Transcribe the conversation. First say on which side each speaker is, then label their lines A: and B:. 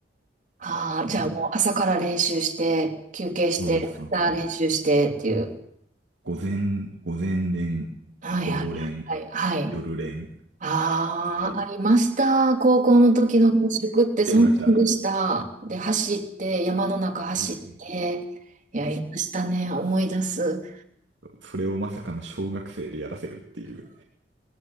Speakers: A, on the right; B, on the right.
A: ああ、じゃあもう朝から練習して、
B: あの
A: 休憩して、
B: そうそうそう。
A: また練習してっていう。
B: 午前、午前練、
A: はいはいはいはい。
B: 午後練、
A: はい。
B: 夜練
A: ああ、
B: で
A: ありました。高校の時の合宿ってそんなんでした。
B: やりました。
A: で、走って、山の中走って、
B: うんうん。
A: やりましたね。思い出す。
B: それをまさかの小学生でやらせるっていう。